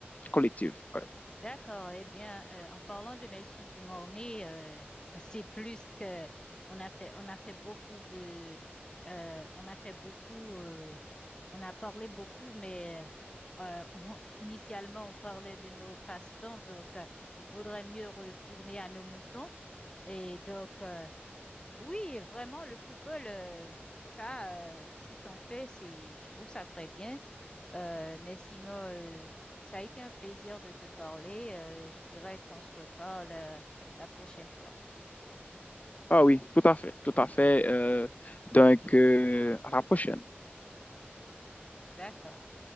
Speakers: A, on the left (about 35°); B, on the left (about 20°).
A: Collectif, ouais.
B: D'accord. Eh bien, euh, en parlant de Melchie du Mornay, euh, c'est plus que on a fait, on a fait beaucoup de, euh, on a fait beaucoup, euh, on a parlé beaucoup, mais euh, on- initialement on parlait de nos passe-temps. Donc, euh, il vaudrait mieux retourner à nos moutons. Et donc, euh, oui, vraiment, le football, euh, ça, euh, si t'en fais, c'est, je trouve ça très bien. Euh, mais sinon, euh, ça a été un plaisir de te parler. Euh, je dirais qu'on se reparle, euh, la prochaine fois.
A: Ah oui, tout à fait, tout à fait. euh, donc, euh, à la prochaine.
B: D'accord.